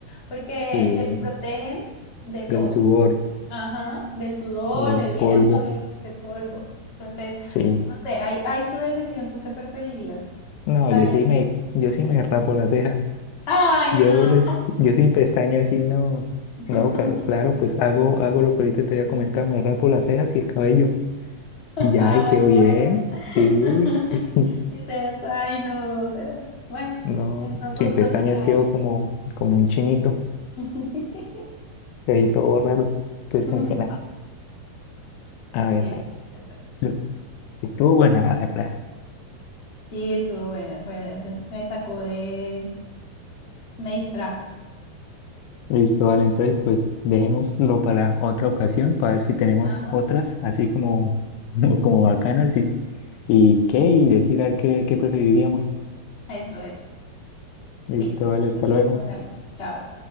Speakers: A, on the left; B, on the left.
A: porque
B: Sí,
A: te protegen de todo.
B: del sudor,
A: Ajá, del sudor,
B: del
A: de viento,
B: polvo.
A: <laughs> de, de polvo. Entonces,
B: Sí.
A: no sé, hay, hay tu decisión, ¿tú qué preferirías?
B: No,
A: Sabiendo.
B: yo sí me, yo sí me rapo las cejas.
A: Ay,
B: Yo
A: no.
B: les, yo sin pestañas sí no.
A: <laughs>
B: No, ca- claro, pues hago, hago lo que ahorita te había comentado, me rapo las cejas y el cabello. Y ya,
A: Ah,
B: y
A: bueno,
B: quedo bien.
A: bueno.
B: Sí.
A: bueno. <laughs>
B: <laughs>
A: Dices, ay, no. Bueno,
B: No,
A: son
B: sin
A: gustos
B: pestañas
A: de cada
B: quedo como, como un chinito,
A: quien.
B: ahí todo raro. Pues
A: <laughs>
B: como que nada, a ver,
A: Sí,
B: a-
A: sí, es verdad.
B: lo- estuvo buena la verdad.
A: Sí, estuvo buena. fue- me sacó de, me distrajo.
B: Listo, vale, entonces pues dejémoslo para otra ocasión, para ver si tenemos
A: Ajá,
B: otras, así como, <laughs> como bacanas y, y qué, y decir a ver qué, qué preferiríamos.
A: eso, eso.
B: Listo,
A: Sí.
B: vale, hasta
A: Entonces,
B: luego.
A: nos vemos. Chao.